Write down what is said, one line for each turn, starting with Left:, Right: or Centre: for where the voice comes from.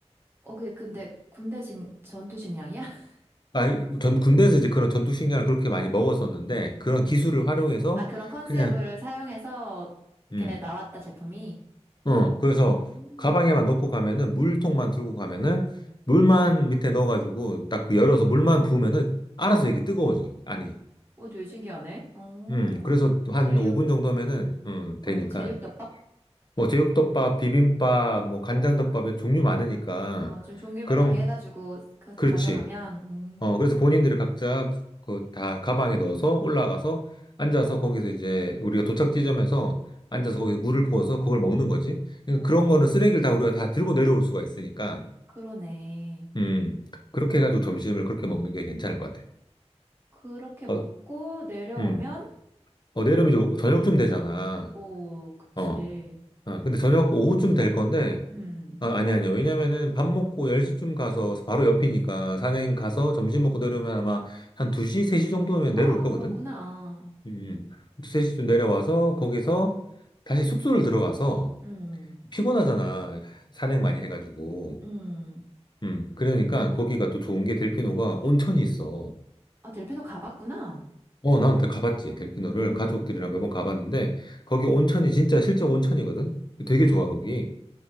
Right: 어, 그게 근데 군대 식, 전투 식량이야? <laughs>
Left: 아 전 군대에서 이제 그런 전투식량을 그렇게 많이 먹었었는데, 그런
Right: 음.
Left: 기술을 활용해서
Right: 아, 그런 컨셉을
Left: 그냥,
Right: 사용해서 이렇게
Left: 음,
Right: 나왔다, 제품이.
Left: 어, 그래서
Right: 오,
Left: 가방에만 넣고 가면은, 물통만 들고 가면은, 물만 밑에 넣어가지고, 딱그 열어서 물만 부으면은, 알아서 이게 렇 뜨거워져요. 아니,
Right: 오, 되게 신기하네. 오,
Left: 음, 그래서 한
Right: 제육,
Left: 5분 정도면은, 음, 되니까.
Right: 뭐라고? 제육덮밥?
Left: 뭐, 제육덮밥, 비빔밥, 뭐, 간장덮밥에 종류 많으니까,
Right: 어, 좀 종류별로
Left: 그런,
Right: 이렇게 해가지고 가,
Left: 그렇지.
Right: 져가면 음,
Left: 어, 그래서 본인들이 각자 그 다 가방에 넣어서 올라가서 앉아서 거기서 이제 우리가 도착 지점에서 앉아서 거기서 물을 부어서 그걸 먹는 거지.
Right: 오,
Left: 그런 거는 쓰레기를 다 우리가 다 들고 내려올 수가 있으니까,
Right: 그러네.
Left: 음, 그렇게 해가지고 점심을 그렇게 먹는 게 괜찮을 것 같아.
Right: 그렇게 먹고
Left: 어,
Right: 내려오면,
Left: 음, 어, 내려면 이제 저녁쯤 되잖아.
Right: 오, 그치.
Left: 어, 어, 근데 저녁
Right: 7시?
Left: 오후쯤 될 건데,
Right: 음.
Left: 아, 아니, 아니야. 왜냐면은 밥 먹고 10시쯤 가서 바로 옆이니까 산행 가서 점심 먹고 내려오면 아마 한 2시, 3시 정도면
Right: 아,
Left: 내려올 거거든?
Right: 그렇구나. 아,
Left: 음, 두세 시쯤 내려와서 거기서 다시 숙소를 들어가서
Right: 음,
Left: 피곤하잖아. 산행 많이 해가지고.
Right: 음.
Left: 음, 그러니까 거기가 또 좋은 게 델피노가 온천이 있어.
Right: 아, 델피노 가봤구나.
Left: 어, 난 가봤지. 델피노를
Right: 음.
Left: 가족들이랑 몇 번 가봤는데 거기 온천이 진짜 실제 온천이거든. 되게 좋아 거기.